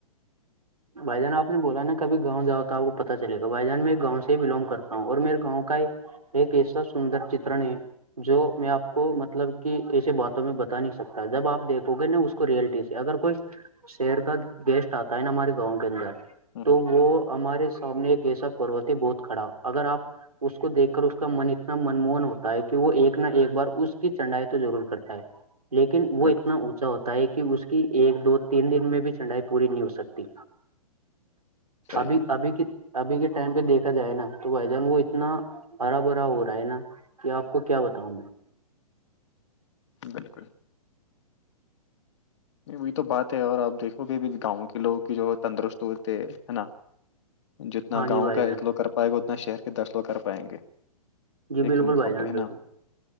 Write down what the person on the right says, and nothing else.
بھائی جان آپ نے بولا نا کبھی گاؤں جاؤ تو آپ کو پتا چلےا بھائی جان میں گاؤں سے ہی بلونگ کرتا ہوں اور میر گاؤں کا یہ ایک ایسا سندر چترن ہے جو میں آپ کو مطلب کہ ایسے باتوں میں بتا نہیں سکتا جب آپ دیکھو گے نا اس ریئلٹی سے اگر کوئی شہر کا گیسٹ آتا ہے نا ہمارے گاؤں کے اندر
تو وہ ہمارے سامنے ایک ایسا پوتی بہت کھڑا اگر آپ اس کو دیکھ کر اس کا من اتنا من موہن ہوتا ہے کہ وہ ایک نہ ایک بار اس کی چنڈائی تو ضرور کرتا ہے لیکن وہ
اتنا اونچا ہوتا ہے کہ اس کی ایک دو تین دن میں بھی چڑائی پوری نہیں ہو سکتی
ہمھی
اھی کہ ابھی کے ٹائم پہ دیکھا جائے نا تو بھائی جان وہ اتنا ہرا بھرا ہو رہا ہے نا کہ آپ کو کیا بتاؤں میں
ہاں جی
بھائی
جان
جی
بالکل
بھائی جان
بالکل